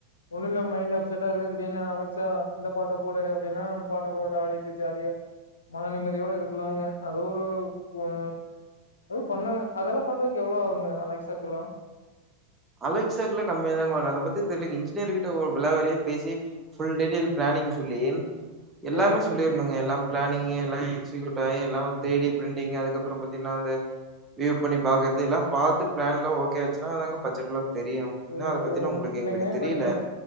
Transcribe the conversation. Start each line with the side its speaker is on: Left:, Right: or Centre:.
Left: ஒன்னுன்னா மைண்ட் அப்செட்டா இருக்குது திடினு அலெக்சா இந்த பாட்ட போடு அப்டின்னா நம்ம பாட்ட போட்டு ஆடிட்டு ஜாலியா மன நிம்மதியாவு இருக்கலாங்க அது ஒரு ஒ பண்ணுங்க அதெல்லா பண்றதுக்கு எவ்ளோ ஆகுங்க அலெக்ஸாக்கெல்லா
Right: அலெக்சாக்குல்லா கம்மியா தாங்க வரு அத பத்தி தெரிலைங்க இன்ஜினியர்கிட்ட ஒரு விலாவாறியா பேசி ஃபுல் டிடெல் பிளானிங் சொல்லி எல்லாமே
Left: சேரிங்க
Right: சொல்லி ங்க எல்லா பிளானிங் எல்லா எக்ஸ்சிகூட் ஆயி எல்லா தேடி பிரிண்டிங் அதுக்கப்பற பாத்தீங்ன்னா அந்த வியூவ் பண்ணி பாக்றதுதா பாத்து பிளான்ல ஓகே ஆச்சுனா அது வந்து பட்ஜெட்ல தெரியு இன்னு
Left: சேரி
Right: அத பத்திலா
Left: சேரிங்க
Right: உங்ளுக்கு
Left: இல்லைங்க
Right: எங்ளுக்கு
Left: இப்ப
Right: தெரியல
Left: நீங்க